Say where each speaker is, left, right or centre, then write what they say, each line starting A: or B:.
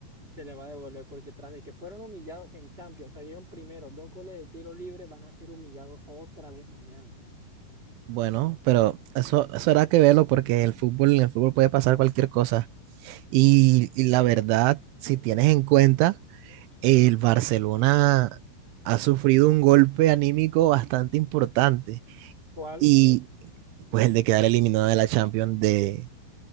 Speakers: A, on the right; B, on the right.
A: se le va a devolver porque tras de que fueron humillados en Champions, salieron primero dos goles de tiro libre, van a ser humillados otra vez mañana.
B: Bueno, pero eso, eso era que verlo porque el fútbol, en el fútbol puede pasar cualquier cosa. Y, y la verdad, si tienes en cuenta, el Barcelona ha sufrido un golpe anímico bastante importante.
A: ¿Cuál?
B: Y
A: A ver.
B: pues el de quedar eliminado de la Champions de,